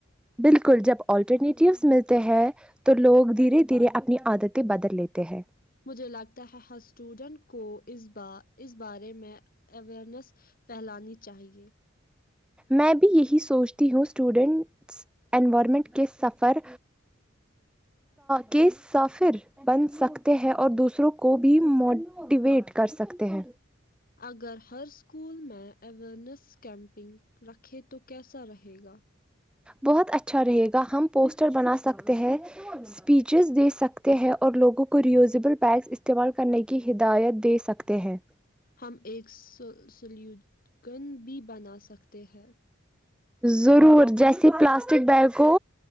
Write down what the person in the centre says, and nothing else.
بالکل جب آٹرنیٹوس ملتے ہیں تو لوگ دھیرے دھیرے اپنی عادتیں بدل لیتے ہیں
میں بھی یہی سوچتی ہوں اسٹوڈنٹس انوائرمنٹ کے سفر کے سفر بن سکتے ہیں اور دوسروں کو بھی موٹیویٹ کر سکتے ہیں
بہت اچھا رہے گا ہم پوسٹر بنا سکتے ہیں اسپیچز دے سکتے ہیں اور لوگوں کو ریوزبل پگ استعمال کرنے کی ہدایت دے سکتے ہیں
ضرور جیسے پلاسٹک بیگ کو